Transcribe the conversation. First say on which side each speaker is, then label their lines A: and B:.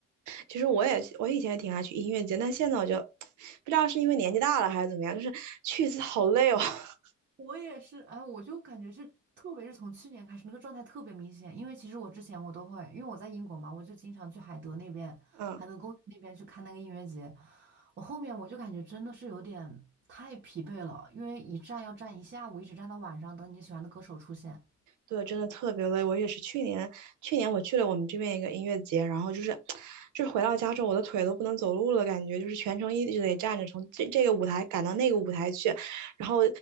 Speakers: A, on the right; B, on the right.
A: 其实我也我以前也挺爱去音乐节，但现在我就 <tsk> 不知道是因为年纪大了还是怎么样，就是去一次好累哦。<laughs>
B: 我也是，哎，我就感觉是，特别是从去年开始，那个状态特别明显。因为其实我之前我都会，因为我在英国嘛，我就经常去海德那边，
A: 嗯。
B: 海德公园那边去看那个音乐节。我后面我就感觉真的是有点太疲惫了，因为一站要站一下午，一直站到晚上，等你喜欢的歌手出现。
A: 对，真的特别累。我也是去年，去年我去了我们这边一个音乐节，然后就是，就是回到家之后，我的腿都不能走路了，感觉就是全程一直得站着，从这这个舞台赶到那个舞台去，然后